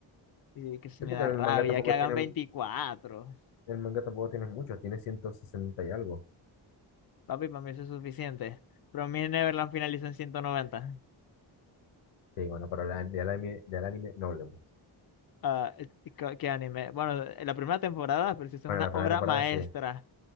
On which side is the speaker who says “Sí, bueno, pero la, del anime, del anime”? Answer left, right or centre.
Left